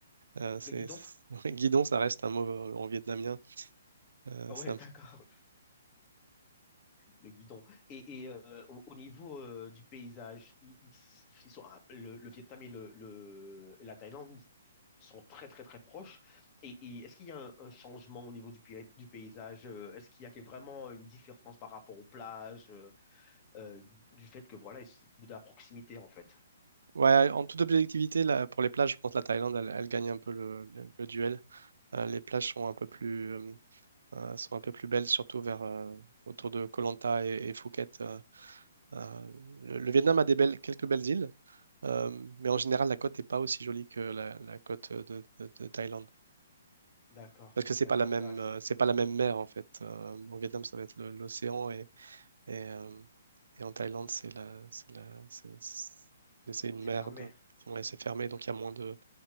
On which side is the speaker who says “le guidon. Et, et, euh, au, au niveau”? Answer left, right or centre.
Left